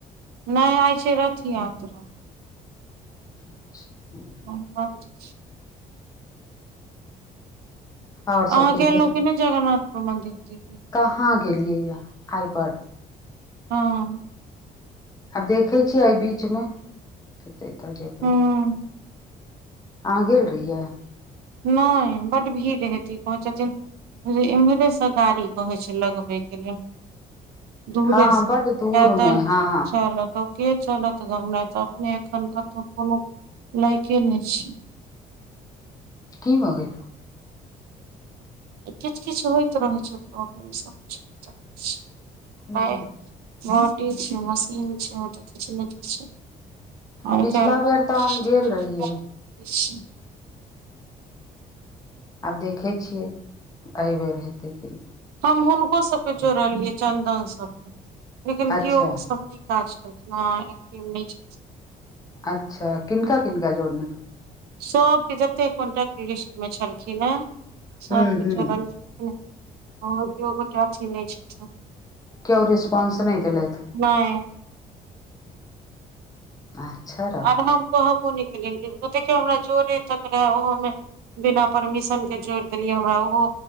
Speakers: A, on the right (about 85°); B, on the left (about 20°).
A: नहि आय छै रथ यात्रा
B: अच्छा
A: <unintelligible>
B: आओर सभ
A: अहाँ
B: कहियौ
A: गेलौ कि नहि जगरनाथ मंदिर जी के
B: कहाँ गेलियै यऽ आइपर
A: हँ
B: आ देखे छियै एहि बीच मे हेते तऽ जेबे
A: हँ
B: अहाँ गेल रहियै
A: नहि बड भीड़ हेते कहे छथिन इम्हरे सँ गाड़ी कहै छै लगबे के लेल दूरे
B: हँ
A: से
B: बड़ दूर
A: पैदल
B: मे हँ
A: चलत ओ के चलत गमरा तऽ अपने एखन कतहु कोनो लाइके नहि छी
B: की भऽ गेल
A: किछ किछ होइत रहै छै प्रोबलेम सब छै त छै
B: ह
A: आइ बोट छै मशीन छै ओ तऽ किछ नै किछ आइ
B: पिछला
A: कैल
B: बेर तऽ
A: <unintelligible>
B: हम गेल रहियै आब देखै छियै एहिबेर हेतै की
A: हम हुनको सभके जोड़लियै
B: <unintelligible>
A: चन्दन सब लेकिन
B: अच्छा
A: केओ ओ सब नहि काज केलखिन ह एक्टिव नहि छथिन
B: अच्छा किनका किनका जोड़ने
A: सबके जतेक कॉन्टैक्ट लिस्ट मे छलखिन हे सभ
B: हूँ
A: केँ
B: हूँ
A: जोरलयैन ओ केउगोटा अथी नहि छथिन
B: केओ रिस्पॉन्स न देेलैथ है
A: नइ
B: पाछर
A: आर हम कहबो न केले देखियौ हमरा जोरे तक रहे ओहोमे बिना परमिशन के जोड़ देलियै हमरा ओहो